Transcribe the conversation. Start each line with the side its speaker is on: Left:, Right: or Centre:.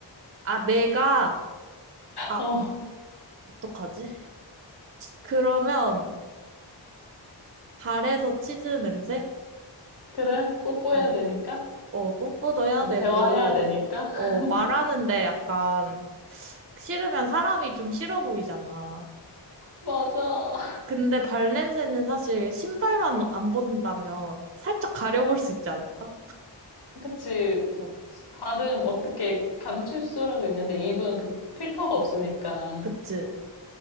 Right: 아, 내가, 아,
Left: 어,
Right: 어떡하지? 그러면, 발에서 치즈 냄새?
Left: 그래? 뽀뽀해야
Right: 어,
Left: 되니까?
Right: 어, 뽀뽀도 해야 되고,
Left: 대화해야 되니까?
Right: 어,
Left: <laughs>
Right: 말하는데 약간, 싫으면 사람이 좀 싫어 보이잖아.
Left: 맞아.
Right: 근데 발 냄새는 사실 신발만 안 본다면 살짝 가려볼 수 있지 않을까?
Left: 그치.
Right: 어,
Left: 발은 어떻게 감출 수라도 있는데 입은 그 필터가 없으니까.
Right: 그치?